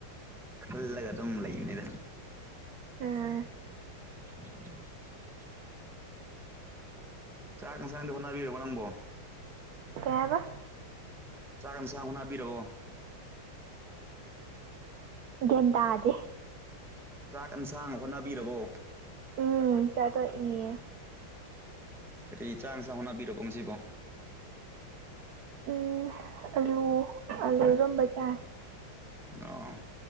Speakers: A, in the centre; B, on the right.
A: ꯈꯜꯂꯒ ꯑꯗꯨꯝ ꯂꯩꯕꯅꯤꯗ
B: ꯑꯥ
A: <inaudible> ꯆꯥꯛ ꯏꯟꯁꯥꯡꯗꯤ ꯍꯣꯠꯅꯕꯤꯔꯕ ꯅꯪꯕꯣ
B: ꯀꯩꯍꯥꯏꯕ
A: ꯆꯥꯛ ꯏꯟꯁꯥꯡ ꯍꯣꯠꯅꯥꯕꯤꯔꯕꯣ
B: ꯒꯦꯟꯗꯥꯗꯦ
A: ꯆꯥꯛ ꯑꯦꯟꯁꯥꯡ ꯍꯣꯠꯅꯕꯤꯔꯕꯣ
B: ꯎꯝ ꯆꯥꯇꯣ ꯏ
A: ꯀꯔꯤ ꯆꯥꯡꯁꯥ ꯍꯣꯠꯅꯕꯤꯔꯛꯀꯣ ꯉꯁꯤꯕꯣ
B: ꯎꯝ ꯑꯂꯨ ꯑꯂꯨꯏꯔꯣꯝꯕ ꯆꯥꯏ
A: ꯑꯣ